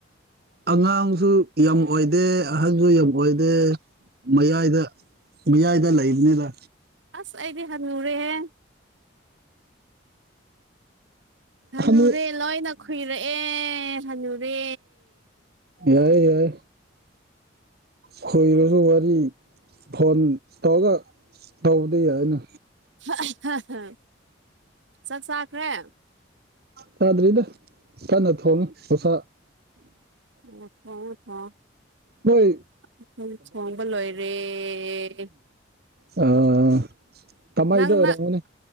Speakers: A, on the right; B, on the right.
A: ꯑꯉꯥꯡꯁꯨ ꯌꯥꯝ ꯑꯣꯏꯗꯦ ꯑꯍꯜꯁꯨ ꯌꯥꯝ ꯑꯣꯏꯗꯦ ꯃꯌꯥꯏꯗ ꯃꯌꯥꯏꯗ ꯂꯩꯕꯅꯤꯗ
B: ꯑꯁ ꯑꯩꯗꯤ ꯍꯟꯅꯨꯔꯦꯍꯦ ꯍꯥꯅꯨꯔꯦ
A: ꯍꯅꯨ
B: ꯂꯣꯏꯅ ꯈꯨꯏꯔꯛꯑꯦ ꯍꯅꯨꯔꯦ
A: ꯌꯥꯏ ꯌꯥꯏ ꯈꯨꯏꯔꯁꯨ ꯋꯥꯔꯤ ꯐꯣꯟ ꯇꯧꯔꯒ ꯇꯥꯎꯕꯗ ꯌꯥꯏꯅ
B: <unintelligible> ꯆꯥꯛ ꯆꯥꯈ꯭ꯔꯦ
A: ꯆꯥꯗ꯭ꯔꯤꯗ ꯀꯟꯅ ꯊꯣꯡꯉꯤ ꯑꯣꯛꯁꯥ
B: <unintelligible>
A: ꯅꯣꯏ
B: <unintelligible> ꯂꯣꯏꯔꯦ
A: ꯑ <unintelligible>
B: ꯅꯪꯅ
A: ꯑꯣꯏꯔꯝꯒꯅꯦ